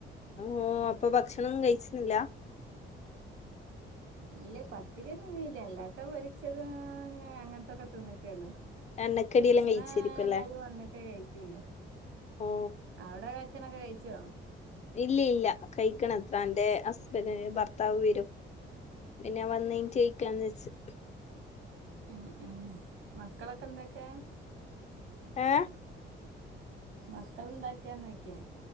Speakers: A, on the left; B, on the right.
A: അഹ അപ്പൊ ഭക്ഷണം കഴിച്ചുന്നില്ല
B: ഇല്ല പത്തിരി ഒന്നും തിന്നീല്ല അല്ലാത്ത പൊരിച്ചതും അങ്ങനത്തൊക്കെ തിന്നിട്ടേള്ളു
A: എണ്ണക്കടിയെല്ലാം
B: ഭക്ഷണം
A: കഴിച്ചിരിക്കുംല്ലേ
B: എല്ലാരും വന്നിട്ടെ കഴിക്ക
A: ഓ
B: അവിടെ കഴച്ചനൊക്കെ കഴിച്ചോ
A: ഇല്ല ഇല്ല കഴിക്കണത്ര എന്റെ ഹസ്ബൻഡന്റെ ഭർത്താവ് വരും പിന്നെ വന്ന ച്യക്കാന്ന് വെച്ച
B: ഉം ഉം മക്കളൊക്കെ എന്തൊക്കെയ
A: ഏ
B: മക്കൾന്താക്കാ നോക്കേ